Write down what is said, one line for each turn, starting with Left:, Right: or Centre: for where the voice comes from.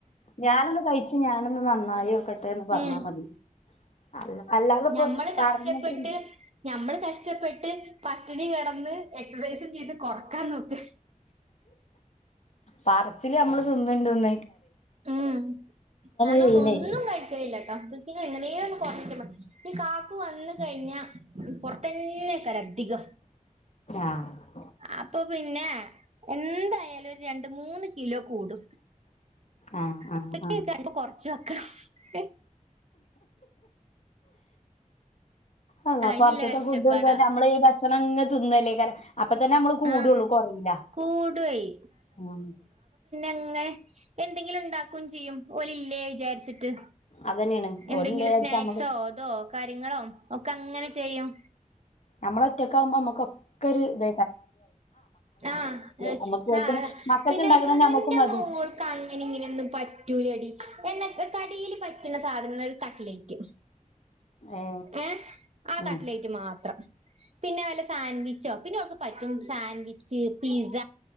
Left: ഞാനൊന്ന് കഴിച്ച് ഞാനൊ നന്നായി ക്കൊട്ടേന്ന് പറന്നാമതി
Right: ഉം
Left: അല്ല അല്ലാതെപ്പോ
Right: ഞമ്മള് കഷ്ട്ടപ്പെട്ട്
Left: പറഞ്ഞിട്ട്
Right: ഞമ്മള് കഷ്ട്ടപ്പെട്ട് പട്ടിണി കെടന്ന് എക്സസൈസും ചെയ്ത് കൊറക്കാൻ നോക്ക്
Left: പറച്ചില് ഞമ്മള് തിന്ന്ണ്ട്ന്നേ
Right: ഉം നാനൊന്നും
Left: ചെയ്യണേ
Right: ഒന്നും കഴിക്കലില്ലട്ടൊ വീട്ടി എങ്ങനേലും ഒന്നു കൊറഞ്ഞു കിട്ടിയ മതി ഈ കാക്കു വന്ന് കഴിഞ്ഞ പൊറത്തെക്കാരാ അധികം
Left: ആഹ്
Right: അപ്പൊ പിന്നെ എൻ എന്തായാലും രണ്ട്, മൂന്ന് കിലോ കൂടു
Left: ആഹ് ആഹ്
Right: അപ്പെക്കും
Left: ആഹ്
Right: ഈ തടി കൊറച് വെ എ
Left: അള്ളാ
Right: അയിനില്ല
Left: പൊറത്ത്തെ
Right: കഷ്ടപ്പാടാ
Left: ഫുഡും തന്നെ ഞമ്മളീ ഭശ് ചെനങ്ങ് തിന്നല്ലേ ക്കാരം അപ്പതന്നെ ഞമ്മള് കൂടൊള്ളൂ
Right: ആഹ്
Left: കൊറീല
Right: കൂടുവെയ്
Left: ആഹ്
Right: ങ്ങനെ എന്തെങ്കിലും ഇണ്ടാക്കും ചെയ്യും ഓലില്ലേ വിചാരിച്ചി ട്ട്
Left: അതന്നെയാണ്
Right: എന്തെങ്കിലും
Left: ഓലില്ലാച്ചാ
Right: സ്നാക്സോ
Left: നമ്മക്ക്
Right: അതോ കാര്യങ്ങളോ ഒക്കങ്ങനെ ചെയ്യും
Left: ഞമ്മള് ഒറ്റക്കാവുമ്പൊ മ്മക്കൊക്കൊരു ഇത്
Right: ആഹ് ആഹ്
Left: നമ്മക്ക്
Right: ച്
Left: ഓൽക്ക്
Right: ആഹ്
Left: മക്കക്ക്
Right: പിന്നെ
Left: ഇണ്ടാക്കണന്നെ
Right: ഇത് ഇദിന്റെ
Left: നമ്മക്കും മതി
Right: മോൾക്ക് അങ്ങനെ ഇങ്ങനെ ഒന്നും പറ്റൂലടി എണ്ണ കടീല് പറ്റ്ണ സാധനങ്ങള് കട്ട്ലയ്റ്റ്
Left: ഏ
Right: ഏഹ് ആഹ്
Left: ആ
Right: കട്ട്ലയ്റ്റ് മാത്രം പിന്നെ വല്ല സാൻവിച്ചോ പിന്നെ ഓക്ക് പറ്റും സാൻവിച്ച്, പിസ